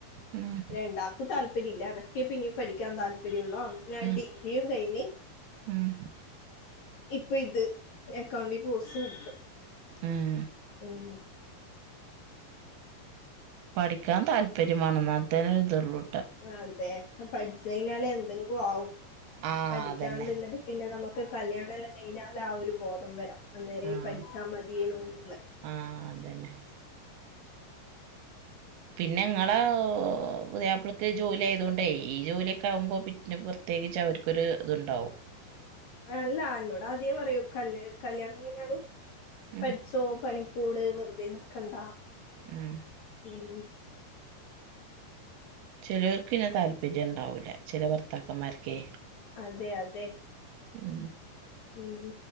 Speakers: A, on the right; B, on the left.
A: ഉം
B: രണ്ടാക്കും താല്പര്യം തല്ല അനക്കെ പിന്നെ പഠിക്കാൻ താല്പര്യമുള്ളോ ഞാൻ
A: ഉം
B: ഡിപിയും കൈനി
A: ഉം
B: ഇപ്പൊ ഇത് അക്കൗണ്ടി കോഴ സൂട്ട്
A: ഉം
B: ഉം
A: പഠിക്കാൻ താല്പര്യമാണംന്ന തന്നെ ഇുതള്ളൂ
B: ആ അതെ പഠിച്ചനാലേ എന്തെങ്കും ആവും
A: ആഹ്
B: പഠിക്കാണ്ടന്നിട്ട്
A: അതന്നെ
B: പിന്നെ നമക്ക് കല്യാണ ല്ല കഴിഞ്ഞാല ആ ഒരു ബോധം വര അന്നേര
A: ആഹ്
B: പഠിച്ചാ മതിയേനു ന്ന്
A: ആഹ് അതന്നെ പിന്നെ ങ്ങളെ പുതിയപ്പിൾക്ക് ജോലി ആയതൊണ്ടേ ഈ ജോലിയൊക്കെ ആകുമ്പോ പിന്നെ പ്രത്യേകിച് അവർക്കൊരു ഇത് ണ്ടാവും
B: അല്ല ന്നോട ആദ്യേ പറയൂ കല് കല്യാണം കഴിഞ്ഞാലും
A: ഉം
B: പഠിച്ചോ പണിക്ക കൂടെ വെറുതെനി കണ്ടാ
A: ഉം
B: ഉം
A: ചിലവർക്കിന്നെ താല്പര്യഉണ്ടാവൂില്ല ചില ഭർത്താക്കന്മാർക്കേ
B: അതെ അതെ
A: ഉം
B: ഉം